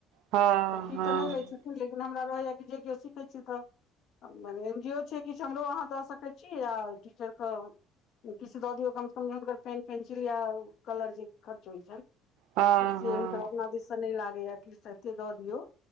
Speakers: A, on the right; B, on the left.
A: हँ
B: तऽ फी
A: हँ
B: तऽ नहि लै छथिन लेकिन हमरा रहैय कि जे केओ सीखै छी तऽ। मने एन जी ओ छैय किछु हमरो अहाँ दऽ सकैत छी आ टीचरके किछ दऽ दियौ कम से कम हुनकर पेंसिल या कलर जे खर्च होय छैन।
A: हँ
B: तऽ से
A: हँ
B: हुनकर अपना दिश सँ नैय लागैय किछ तऽ एते दऽ दियौ।